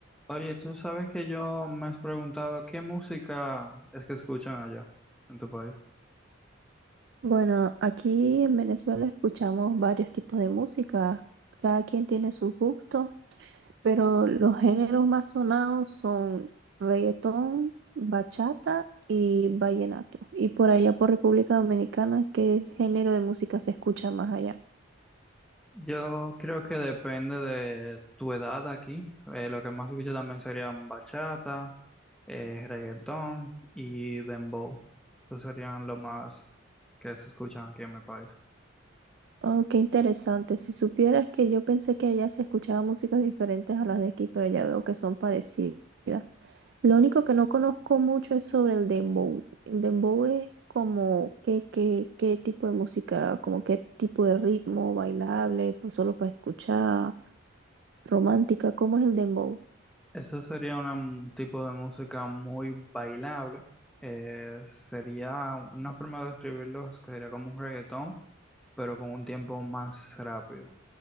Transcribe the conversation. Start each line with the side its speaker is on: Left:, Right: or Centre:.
Centre: Oye, tú sabes que yo me has preguntado qué música es que escuchan allá en tu país.
Right: Bueno, aquí en Venezuela escuchamos varios tipos de música, cada quien tiene sus gustos, pero los géneros más sonados son reggaetón, bachata y vallenato. Y por allá por República Dominicana, ¿qué género de música se escucha más allá?
Centre: Yo creo que depende de tu edad aquí. Eh, lo que más escucho también serían bachata, eh, reggaetón y dembow. Esos serían lo más que se escuchan aquí en mi país.
Right: Oh, qué interesante. Si supieras que yo pensé que allá se escuchaba músicas diferentes a las de aquí, pero ya veo que son parecidas. Lo único que no conozco mucho es sobre el dembow. El dembow es como qué, qué, qué tipo de música, como qué tipo de ritmo, bailable, pues solo para escuchar, romántica, ¿cómo es el dembow?
Centre: Eso sería una- un tipo de música muy bailable. Eh, sería una forma de describirlo, que sería como un reggaetón, pero con un tiempo más rápido.